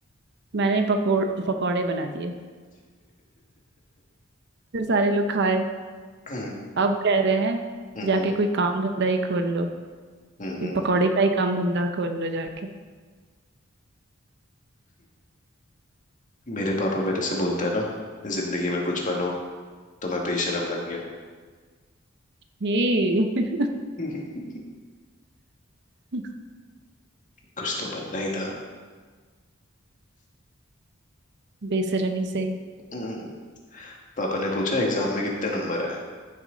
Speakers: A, on the right; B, on the left.
A: मैंने पकोड़ पकौड़े बना दिए फिर सारे लोग खाए
B: <laughs>
A: अब कह रहे हैं
B: हम्म,
A: जाके
B: हम्म,
A: कोई काम धंधा ही खोल लो
B: हम्म।
A: इस पकौड़े का ही काम धंधा खोल लो जाके
B: मेरे पापा मेरे से बोलता है ना जिंदगी में कुछ बनो तो मैं बेशरम बन गया
A: ही
B: <laughs>
A: <laughs>
B: कुछ तो बनना ही था
A: बेशर्मी से ही
B: हम्म, पापा ने पूछा एग्जाम में कितने नंबर आए